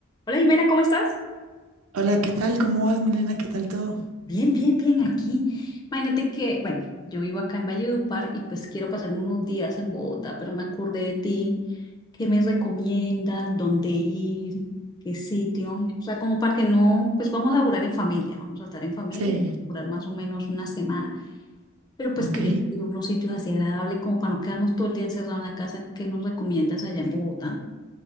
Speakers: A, on the left (about 20°); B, on the right (about 80°).
A: Hola Jimena, ¿cómo estás?
B: Hola, ¿qué tal? ¿Cómo vas, Milena? ¿Qué tal todo?
A: Bien, bien, bien, aquí. Imagínate que, bueno, yo vivo acá en Valledupar y pues quiero pasarme unos días en Bogotá, pero me acordé de ti. ¿Qué me recomiendas? ¿Dónde ir? ¿Qué sitio? O sea, como para que no, pues vamos a laburar en familia, vamos a estar en familia,
B: Sí,
A: y durar más o menos una semana, pero pues
B: ok.
A: queremos ir a unos sitios así agradables como para no quedarnos todo el día encerrado en la casa. ¿Qué nos recomiendas allá en Bogotá?